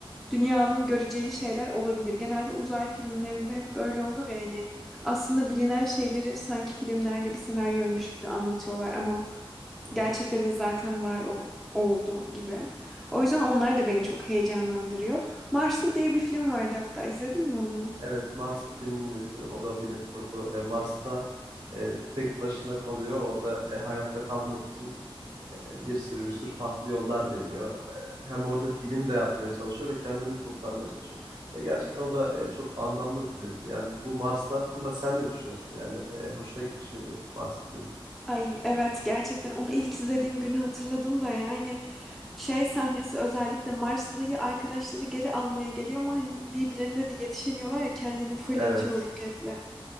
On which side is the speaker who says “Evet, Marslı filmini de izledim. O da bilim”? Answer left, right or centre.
Right